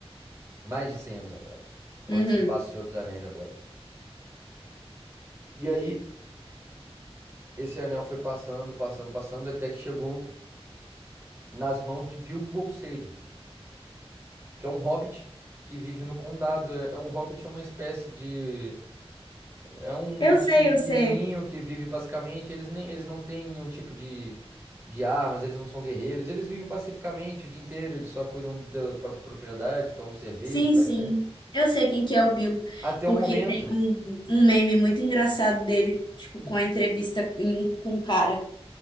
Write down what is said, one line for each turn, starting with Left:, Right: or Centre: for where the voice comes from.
Right: Mais de 100 anos atrás. Onde
Left: Uhum.
Right: se passa o Senhor dos Anéis agora. E aí, esse anel foi passando, passando, passando, até que chegou nas mãos de Bilbo Bolseiro, que é um hobbit que vive no condado. É é um hobbit, é uma espécie de É um
Left: Eu
Right: bichinho
Left: sei,
Right: pequenininho
Left: eu sei.
Right: que vive pacificamente. Eles nem, eles não têm nenhum tipo de, de armas, eles não são guerreiros. Eles vivem pacificamente o dia inteiro, eles só cuidam da própria propriedade, tomam cerveja,
Left: Sim,
Right: faz
Left: sim.
Right: festa.
Left: Eu sei quem que é o Bill,
Right: Até
Left: porque
Right: o momento,
Left: tem um, um meme muito engraçado dele, tipo, com a entrevista em- com o cara,